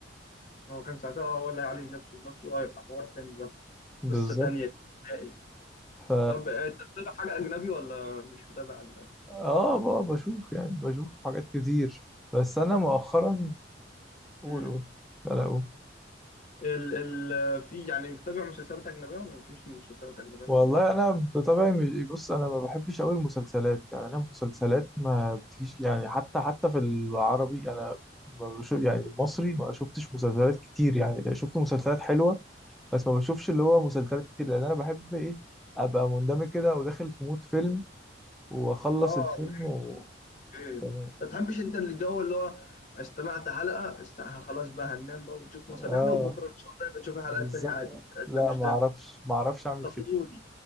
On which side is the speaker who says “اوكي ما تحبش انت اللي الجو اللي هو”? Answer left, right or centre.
Left